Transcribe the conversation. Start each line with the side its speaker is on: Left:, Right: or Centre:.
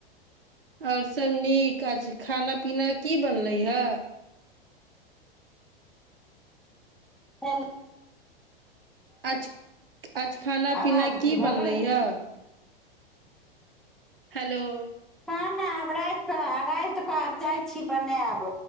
Right: आओर सभ नीक अछि खाना पीना की बनलै हे
Centre: हल
Right: आज आज खाना
Centre: आवाज
Right: पीना की
Centre: भऽ
Right: बनलै
Centre: गेलै
Right: हेय हेलो
Centre: खाना रायता राति कें जाइ छी बनायब